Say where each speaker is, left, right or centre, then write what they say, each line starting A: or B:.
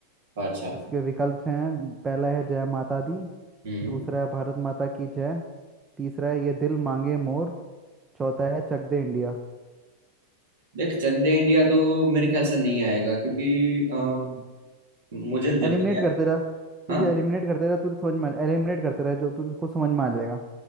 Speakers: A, on the right; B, on the right.
A: अच्छा
B: इसके विकल्प हैं पहला है जय माता दी
A: हम्म
B: दूसरा है भारत माता की जय तीसरा है ये दिल मांगे मोर चौथा है चक दे इंडिया
A: देख चक दे इंडिया तो मेरे ख्याल से नहीं आएगा क्योंकि अ,
B: हम्म,
A: मुझे तो जब
B: एलिमिनेट
A: तक याद
B: करते रहा तुझे
A: हाँ
B: एलिमिनेट करते रहा तुझे समझ में एलिमिनेट करते रहे जो तुझे खुद समझ में आ जाएगा